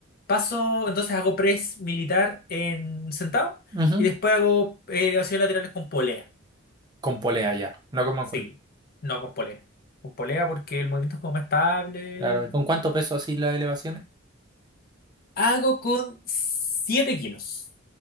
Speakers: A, on the left; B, on the right.
A: paso, entonces hago press militar en sentado
B: Ujú,
A: y después hago eh, acciones laterales con polea.
B: Con polea ya. No como
A: Sí,
B: cuerno.
A: no con polea. Con polea porque el movimiento es como más estable.
B: Claro. ¿Y con cuánto peso así las elevaciones?
A: Hago con 7 kilos.